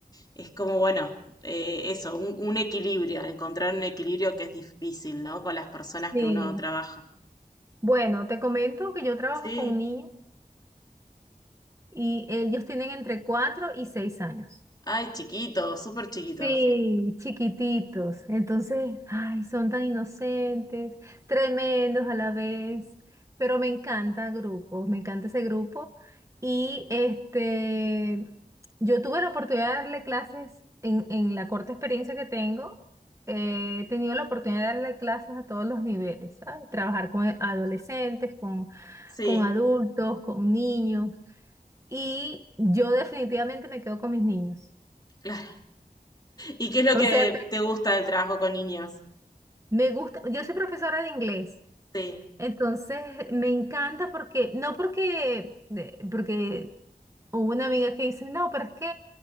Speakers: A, on the left (about 25°); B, on the right (about 20°).
A: es como, bueno, eh, eso, un, un equilibrio, encontrar un equilibrio que es difícil, ¿no? Con las personas
B: sí.
A: que uno trabaja.
B: Bueno, te comento que yo trabajo
A: Sí,
B: con niños. y ellos tienen entre 4 y 6 años.
A: ay, chiquitos, súper chiquitos.
B: Sí, chiquititos. Entonces, ay, son tan inocentes, tremendos a la vez, pero me encanta grupos, me encanta ese grupo. Y este, yo tuve la oportunidad de darle clases en, en la corta experiencia que tengo. eh, he tenido la oportunidad de darle clases a todos los niveles, ¿sabes? Trabajar con
A: Bien.
B: adolescentes, con,
A: Sí,
B: con adultos, con niños y yo definitivamente me quedo con mis niños.
A: <laughs> claro. ¿Y qué es lo
B: O
A: que
B: sea, te-
A: te gusta del trabajo con niños?
B: me gusta, yo soy profesora de inglés,
A: Sí.
B: entonces me encanta porque, no porque, de- porque hubo una amiga que dice, no, pero es que